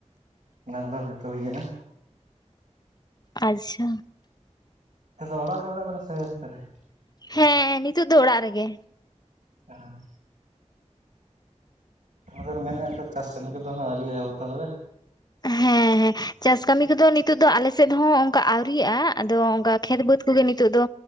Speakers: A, on the right; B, on the left.
A: ᱚᱱᱟ ᱠᱚᱫᱚ ᱡᱚᱛᱚ ᱦᱩᱭ ᱟᱠᱟᱱᱟ᱾
B: ᱟᱪᱪᱷᱟ
A: ᱚᱲᱟᱜ ᱨᱮᱜᱮ ᱢᱮᱱᱟᱜ ᱵᱮᱱᱟ ᱥᱮ ᱟᱠᱟᱨᱮ?
B: ᱦᱮᱸ ᱱᱤᱛᱚᱜ ᱫᱚ ᱚᱲᱟᱜ ᱨᱮᱜᱮ᱾
A: ᱡᱟᱦᱟᱱ ᱟᱫᱚ ᱢᱮᱱᱮᱫᱼᱟ ᱱᱚ ᱪᱟᱥ ᱠᱟᱹᱢᱤ ᱠᱚᱫᱚ ᱟᱹᱣᱨᱤ ᱦᱟᱜ ᱮᱛᱚᱦᱚᱜ ᱛᱟᱞᱮ?
B: ᱦᱮᱸ ᱦᱮᱸ ᱦᱮᱸ ᱪᱟᱥ ᱠᱟᱹᱢᱤ ᱠᱚᱫᱚ ᱱᱤᱛᱚᱜ ᱫᱚ ᱟᱞᱮ ᱥᱮᱫ ᱦᱚᱸ ᱚᱱᱠᱟ ᱟᱹᱣᱨᱤᱜᱼᱟ ᱟᱫᱚ ᱚᱱᱠᱟ ᱠᱷᱮᱛ ᱵᱟᱹᱫᱽ ᱠᱚᱜᱮ ᱱᱤᱛᱚᱜ ᱫᱚ